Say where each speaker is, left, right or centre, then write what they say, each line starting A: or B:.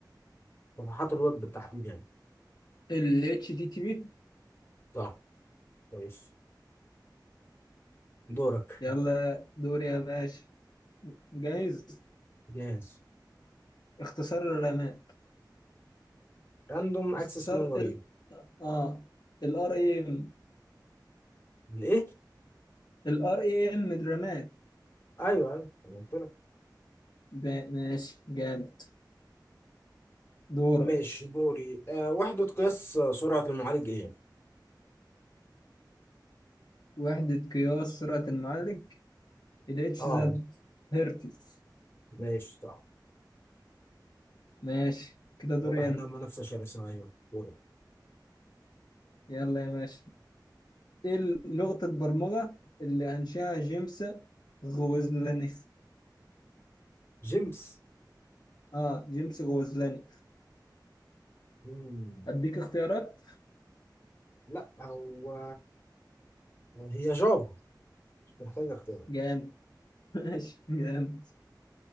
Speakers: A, on the left; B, on the left.
A: صفحات الويب بالتحديد يعني
B: ال اتش تي تي بي
A: صح ماشي دورك
B: يلا دوري يا باشا جاهز
A: جاهز
B: اختصار الرامات
A: راندوم
B: اختصار
A: اكسس ميموري
B: ال اه الار اي ام
A: الايه
B: الار اي ام الرامات
A: ايوه ايوه أنا قلت لك
B: ده ماشي جامد دورك
A: ماشي دوري آه وحدة قياس آه، سرعة المعالج ايه
B: وحدة قياس سرعة المعالج ال اتش
A: اه
B: زد هرتز
A: ماشي صح
B: ماشي كده دوري
A: واضح انها
B: أنا
A: منافسة شرسة ايوه دورك
B: يلا يا باشا إيه ال- لغة البرمجة اللي أنشأها جيمس غوزلانيخ
A: جيمس
B: آه جيمس غوزلانيخ
A: مم.
B: أديك اختيارات
A: لا هو هي جافا مش محتاج اختيارات
B: جامد <laughs> ماشي جامد